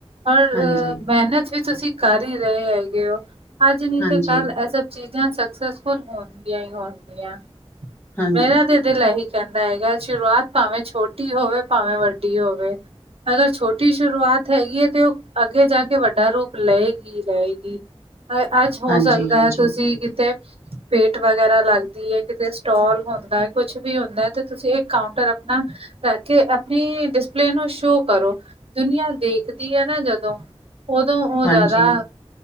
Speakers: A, on the right (about 65°); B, on the left (about 20°).
A: ਪਰ
B: ਹਾਂਜੀ
A: ਮੇਹਨਤ ਵੀ ਤੁਸੀਂ ਕਰ ਹੀ ਰਹੇ ਹੈਂਗੇ ਓ। ਅੱਜ ਨੀਂ
B: ਹਾਂਜੀ
A: ਤੇ ਕੱਲ੍ਹ ਐਸ ਚੀਜ਼ਾਂ ਸਕਸੈਸਫੁੱਲ ਹੋਣਗੀਆਂ ਹੀਂ ਹੋਣਗੀਆਂ।
B: ਹਾਂਜੀ
A: ਮੇਰਾ ਤੇ ਦਿਲ ਏਹੀ ਕਹੰਦਾ ਹੈਗਾ ਸ਼ੁਰੂਆਤ ਭਾਵੇਂ ਛੋਟੀ ਹੋਵੇ। ਭਾਵੇਂ ਵੱਡੀ ਹੋਵੇ। ਅਗਰ ਛੋਟੀ ਸ਼ੁਰੂਆਤ ਹੈਗੀ ਏ। ਤੇਂ ਉਹ ਅੱਗੇ ਜਾਂ ਕੇ ਵੱਡਾ ਰੂਪ ਲਏਗੀ ਹੀ ਲਏਗੀ। ਅੱਜ ਹੋ
B: ਹਾਂਜੀ
A: ਸਕਦਾ।
B: ਹਾਂਜੀ
A: ਤੁਸੀਂ ਕਿਤੇ ਪੇਂਟ ਵਗੈਰਾ ਲੱਗਦੀ ਏਂ ਕਿਤੇ। ਸਟੋਲ ਹੁੰਦਾ ਐ। ਕੁੱਛ ਵੀਂ ਹੁੰਦਾ ਤੇ ਤੁਸੀਂ ਇਹ ਕਾਊਂਟਰ ਆਪਣਾ। ਕਰ ਕੇ ਆਪਣੀ ਡਿਸਪਲੇ ਨੂੰ ਸ਼ੋਅ ਕਰੋ। ਦੁਨੀਆਂ ਦੇਖਦੀ ਐ ਨਾਂ। ਜਦੋਂ ਉਦੋਂ ਉਹ
B: ਹਾਂਜੀ
A: ਜਿਆਦਾ।